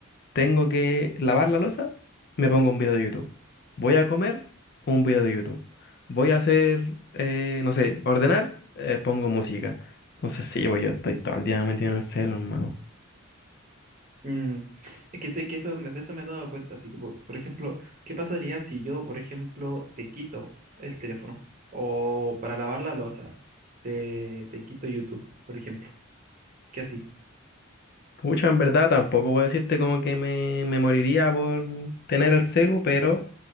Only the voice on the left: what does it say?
tengo que lavar la losa, me pongo un video de YouTube. Voy a comer, un video de YouTube. Voy a hacer, eh, no sé, ordenar, eh, pongo música. Entonces sí, pues yo estoy todo el día metido en el celo, hermano.
Pucha, en verdad tampoco voy a decirte como que me, me moriría por tener el celu, pero